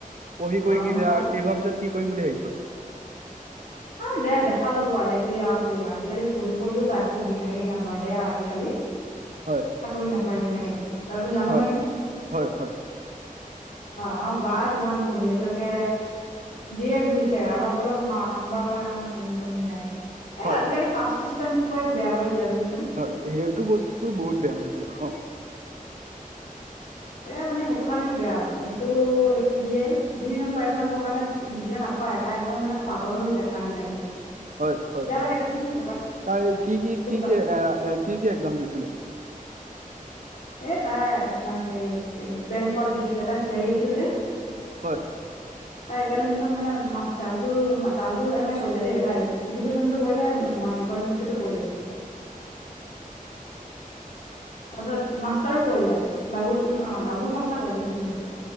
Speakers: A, on the right (about 60°); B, on the left (about 75°).
A: পঢ়ি
B: গৰমত
A: কৰি কিলিয়া
B: আৰু
A: শেষ হোৱা পিছত কি কৰিম বুলি ভাবিছ?
B: এ দে দেখা যাব আৰু দে কি আৰু কৰি আজিকালি পঢ়ি পঢ়িও তাই পঢ়ি থাহি নাপায় দে আজিকালি। <unintelligible>
A: হয়।
B: চাকৰি নাপায় তেনেকে তয়তো জানই।
A: হয় হয় হয়।
B: হয়, আমা বাই কিমান পঢ়িলে এতিয়ালেকে দিয়ে ফুইছে অলপ অলপ- মা নম্বৰৰ কাৰণে মানে কমি কমি যায়। এই
A: হয়
B: আজিকালি কাষ্ট চিষ্টেমটোৱে বেয়া কৰিলে চাবিচোন।
A: এ সেইটো বস্তুটো বহুত বেয়া হৈছে অঁ।
B: এ মানে সেইটো কাৰণে বেয়া আপুনি এইটো দিয়ে দুই নম্বৰ এক- এক নাম্বৰ কাৰণে নিজে নাপায় এটা একদম মানে পাগল হৈ যায় কান্দি কান্দি।
A: হয় হয়,
B: বেয়া লাগে দেচোন সেনেকুৱাত
A: তাই কি কি
B: দুখ
A: কি
B: লাগে
A: কি এ কি কি এক্জাম দিছিলে?
B: এ তাই এইবিলাক হে বেংকত দিছিলে তাই চাৰি আছিল যে।
A: হয়।
B: <inaudible> তাই ইকনিমিছত মানে দাবুল ডাবুল এম এ কৰিলে দেই এ এডুকেশচনটো কৰিলে মই- কণ মিক্সছটো কৈলে। তাৰপিছত মাষ্টাৰো কৰিলে ডাবুল অঁ ডাবুল মাষ্টাৰ কৰিলে মো ভুল হৈছে।